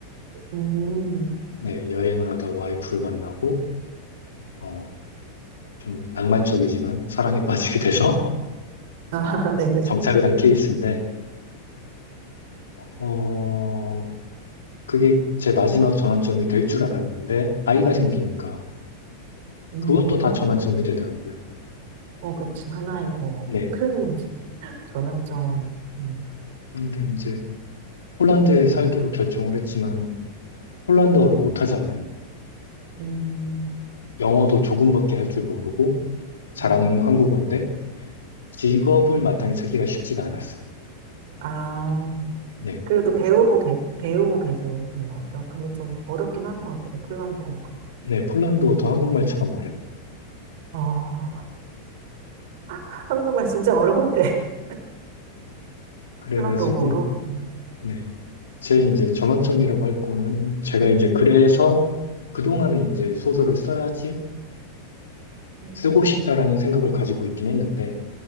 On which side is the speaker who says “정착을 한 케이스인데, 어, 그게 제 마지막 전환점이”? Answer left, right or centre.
Left